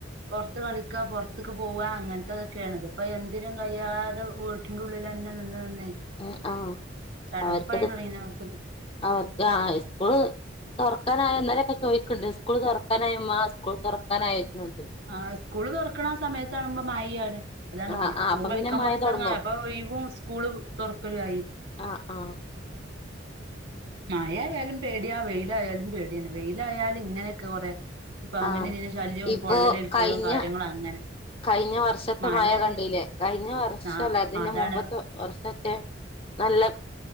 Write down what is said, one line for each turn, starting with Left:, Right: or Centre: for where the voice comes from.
Right: പൊറത്ത് കളിക്കാ പൊറത്തേക്ക് പോവാ അങ്ങനത്തക്കൊക്കെയണത് ഇപ്പൊ എന്തിനും കഴിയാതെ വീട്ടിന്റെ ഉള്ളിൽ തന്നെ നിന്ന് നിന്നേ
Left: ഉം ആ
Right: ചടപ്പായി
Left: അവർക്കത്
Right: തുടങ്ങണ് അവർക്ക്
Left: അവർക്ക് ആ സ്കൂൾ തുറക്കാനായോ ഇന്നലൊക്കെ ചോദിക്കുന്നുണ്ട് സ്കൂൾ തുറക്കാനായമ്മാ സ്കൂൾ തുറക്കാനാ യോ ചോയ്ക്കുന്നുണ്ട്
Right: ആ സ്കൂള് തുറക്കണ സമയത്താ കുമ്പോ മഴ ആണ് അതാണ്
Left: ആ
Right: പിന്നെ
Left: ആ
Right: അപ്പളും
Left: അപ്പൊ
Right: കളിക്കാൻ
Left: പിന്നെ മഴ
Right: പുറത്ത്
Left: തുടങ്ങും
Right: ക്കർങ്ങാൻ അപ്പൊ ഒഴിവും സ്കൂള് തുറക്കലും ആയി
Left: അ ആഹ്
Right: മാഴയാലും പേടിയാ വെയിലായാലും പേടിയന്നെ വെയിലായാല് ഇങ്ങനെയൊക്കെ കൊറെ ഇ പാമ്പിന്റെതീല
Left: ആ
Right: ശല്യം
Left: ഇപ്പോ
Right: പൊള്ളലേൽക്കലും
Left: കഴിഞ്ഞ
Right: കാര്യങ്ങളും അങ്ങനെ
Left: കഴിഞ്ഞ വർഷത്തെ
Right: മഴയായ
Left: മഴ കണ്ടില്ലേ കഴിഞ്ഞ വർഷല്ല
Right: ആ
Left: അതിന്റെ
Right: അതാണ്
Left: മുമ്പത്തെ വർഷത്തെ നല്ലയ്